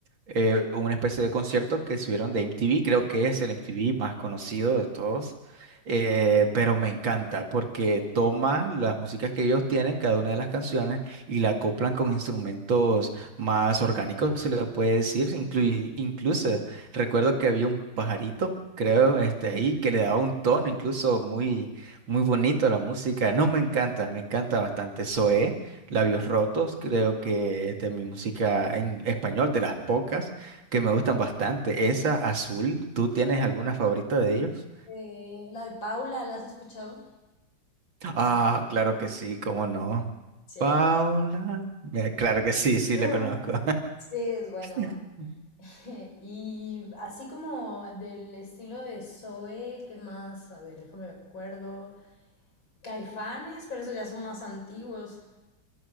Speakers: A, on the right (about 90°); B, on the left (about 85°).
A: eh, una especie de concierto que subieron de MTV, creo que es el MTV más conocido de todos, eh, pero me encanta porque toma las músicas que ellos tienen, cada una de las canciones, y la acoplan con instrumentos más orgánicos, se le puede decir, incluye, incluso Recuerdo que había un pajarito, creo, este ahí, que le daba un tono incluso muy, muy bonito a la música. No, me encanta, me encanta bastante. Zoé, Labios Rotos, creo que es de mi música en español, de las pocas que me gustan bastante. Esa, Azul, ¿tú tienes alguna favorita de ellos?
B: Eh, la de Paula, ¿la has escuchado?
A: Ah, claro que sí, cómo no.
B: Sí,
A: Paula,
B: es-
A: mira, claro que sí,
B: <laughs>
A: sí, la conozco.
B: sí, es buena,
A: <laughs>
B: buena. <laughs> Y así como del estilo de Zoe, ¿qué más? A ver, déjame me acuerdo. Caifanes, pero esos ya son más antiguos.